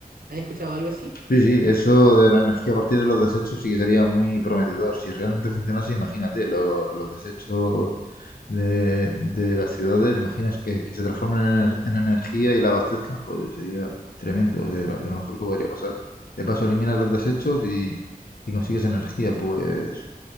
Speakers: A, on the right; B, on the left.
A: ¿Has escuchado algo así?
B: Sí, sí, eso de la energía a partir de los desechos sí que sería muy prometedor. Si realmente funcionase, imagínate, los, los desechos de, de las ciudades, imaginas que, que se transformen en, ener- en energía y la abastezcan, joder, sería tremendo, de lo, de lo mejor que podría pasar. De paso, eliminas los desechos y, y consigues energía, pues